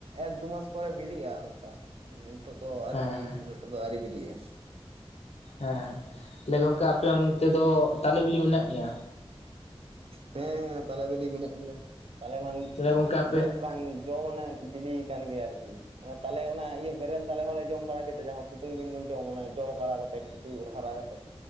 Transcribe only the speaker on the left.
ᱦᱮᱸ ᱦᱮᱸ
ᱦᱮᱸ ᱞᱮ ᱜᱚᱝᱠᱮ ᱟᱯᱮ ᱚᱱᱛᱮ ᱫᱚ ᱛᱟᱞᱮ ᱵᱤᱞᱤ ᱢᱮᱱᱟᱜ ᱜᱮᱭᱟ?
ᱛᱟᱦᱞᱮ ᱜᱚᱝᱠᱮ ᱟᱯᱮ